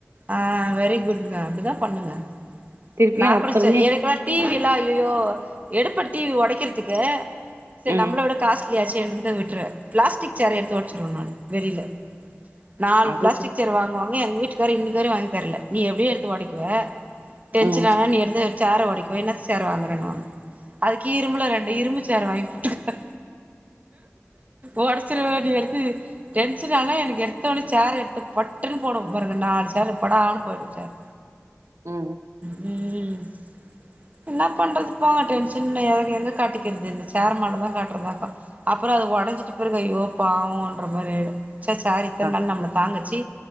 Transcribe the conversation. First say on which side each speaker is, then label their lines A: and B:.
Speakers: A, on the right; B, on the right.
A: ஆ வெரி குட்ங்க அப்டிதா பண்ணுங்க
B: திருப்பியு
A: நா
B: அப்ப
A: குடுச்ச
B: இருந்தே
A: ஏழைக்கெல்லா டிவில்லா ஐயையோ எடுப்பட் டிவி ஒடைக்கிறதுக்கு செரி
B: ம்
A: நம்மளோட காஸ் லயாச்சு இருந்துட்டுதா விட்ருவ பிளாஸ்டிக் ச்சேர எடுத்து ஒடச்சுருவ நானு வெறில நாலு
B: அதுக்கு
A: பிளாஸ்டிக் ச்சேர் வாங்குவாங்க எங்க வீட்டுக்காரு இன்னிக்க வேற வாங்கி தெர்ல நீ எப்டி எடுத்து ஒடைக்குவ டென்ஷன்
B: ம்
A: ஆனா நீ எடுத்து ச்சேர ஒடைக்குவ என்ன ச்சேர வாங்கறன்னுவாங்க அதுக்கு இரும்புல ரெண்டு இரும்பு ச்சேர வாங்கி போட்டுக்கோங்க ஓடச் ஒடச்சுருவ நீ வேற எடுத்து டென்ஷன் ஆனா எனக்கு எடுத்த ஒன்னே ச்சேர எடுத்து பட்டுன்னு போடுவம் பாருங்க நாலு ச்சேரு படாருன் போயிடு ச்சேர்
B: ம்
A: ம் என்னா பண்றது போங்க டென்ஷன் எங்க காட்டிக்கிறது இந்த சேர் மேல தா காட்டுறதாக்கு அப்புறோ அது உடஞ்சிட்டு பெறகு ஐயோ பாவம்ன்ற மாரி ஆயிரு ச சார் இத்தன
B: ஆ
A: நாள் நம்மள தாங் சி